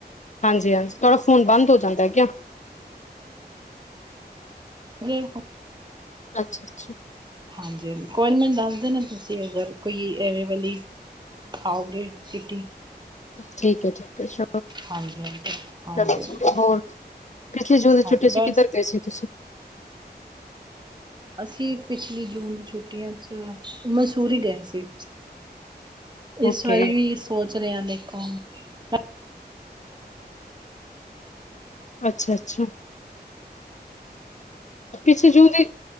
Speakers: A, on the left; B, on the right.
A: ਹਾਂਜੀ ਹਾਂਜੀ ਤੁਹਾਡਾ ਫੋਨ ਬੰਦ ਹੋ ਜਾਂਦਾ ਹੈ ਕਿਆ।
B: ਗੇ ਹੂ
A: ਅੱਛਾ ਅੱਛਾ।
B: ਹਾਂਜੀ ਹਾਂ ਕੋਈ ਮੈਨੂੰ ਦੱਸ ਦੇ ਨੀ ਤੁਸੀਂ ਅਗਰ ਕੋਈ ਐਵੇਂ ਵਾਲੀ ਖਾਓਗੇ ਕਿਟੀ
A: ਠੀਕ ਹੈ ਠੀਕ ਹੈ ਸ਼
B: ਹਾਂਜੀ ਹਾਂਜੀ ਹਾਂਜੀ
A: ਚਲੋ
B: ਹਾਂਜੀ
A: ਜੀ ਹੋਰ ਪਿਛਲੇ ਜੂਨ ਦੀ
B: ਹਾਂ
A: ਛੁੱਟੀ ਸੀ
B: ਬਸ
A: ਕਿੱਧਰ ਗਏ ਸੀ ਤੁਸੀਂ।
B: ਅਸੀਂ ਪਿਛਲੀ ਜੂਨ ਦੀ ਛੁੱਟੀਆਂ ਚ ਮਸੂਰੀ ਗਏ ਸੀ ਇਸ
A: ਓਕੇ
B: ਵਾਰੀ ਵੀ ਸੋਚ ਰਹੇ ਹਾ ਦੇਖੋ ਹਾਂ
A: ਅੱਛਾ ਅੱਛਾ ਪਿੱਛੇ ਜੂਨ ਦੇ